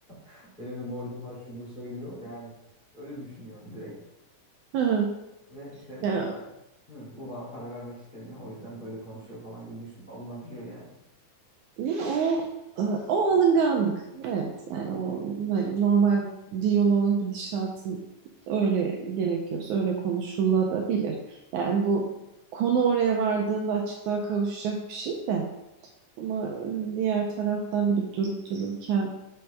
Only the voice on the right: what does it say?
<laughs>
Ya,
Değil mi? O, e, o alınganlık. Evet yani
o böyle normal diyaloğun gidişatı öyle gerekiyorsa öyle konuşulabilir. Yani bu konu oraya vardığında açıklığa kavuşacak bir şey de ama e, diğer taraftan böyle durup dururken